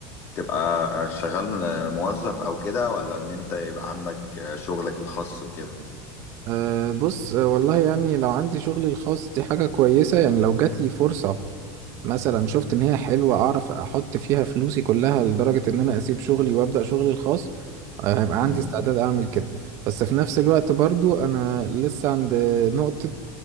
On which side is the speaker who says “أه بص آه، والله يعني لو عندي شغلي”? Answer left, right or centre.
Right